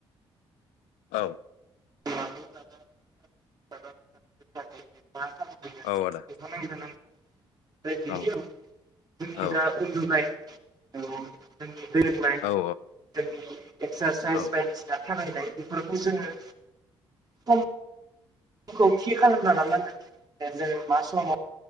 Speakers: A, on the left (about 85°); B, on the right (about 35°).
A: औ
B: <unintelligible> <unintelligible>
A: औ आदा
B: <unintelligible>
A: औ औ
B: <unintelligible> फोरोंनाय
A: औ
B: जोंनि एक्सारसाइस
A: औ
B: बायदिसिना खालायनाय बेफोरखौ जोङो सम खौ थि खालामना लानांगोन दा जों मा समाव